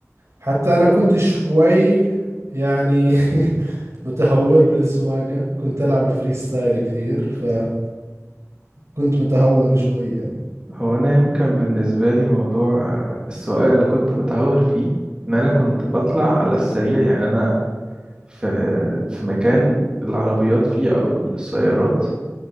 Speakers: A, on the right (about 60°); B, on the right (about 20°).
A: حتى أنا كنت شوي يعني <laughs> متهور بالسواقة كنت ألعب فري ستايل كثير فكنت متهور شوي يعني
B: هو انا يمكن بالنسبه لي موضوع السواقه اللي كنت متهور فيه ان انا كنت بطلع على السريع يعني انا في في مكان العربيات فيه او السيارات